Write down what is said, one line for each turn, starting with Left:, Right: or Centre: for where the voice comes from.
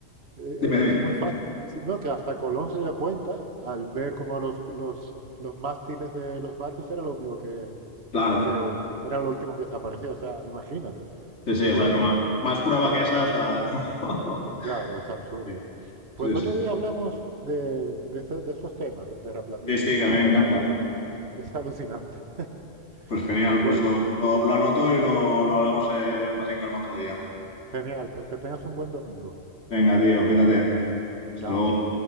Right: Eh,
Left: dime, dime.
Right: Es muy fácil. Si- No, que hasta Colón se dio cuenta al ver cómo los, los, los mástiles de los barcos era lo único que,
Left: Claro,
Right: que era lo último que desaparecía. O sea, imagínate.
Left: sí, sí,
Right: Y
Left: o
Right: bueno,
Left: sea, que más,
Right: en-
Left: más prueba que esa, o sea, <laughs> no.
Right: en- claro, es absurdo.
Left: Sí, sí,
Right: Pues
Left: sí.
Right: otro día hablamos de, de, ese- de esos temas de terraplanismo,
Left: Sí, sí,
Right: porque
Left: que a mí me
Right: la
Left: encanta.
Right: verdad es, que es alucinante. <laughs>
Left: Pues genial,
Right: Pues
Left: pues lo, lo, lo anoto y lo, lo hablamos eh, más en calma otro día.
Right: genial, pues que tengas un buen domingo.
Left: Venga, tío, cuídate. Hasta
Right: Chao.
Left: luego.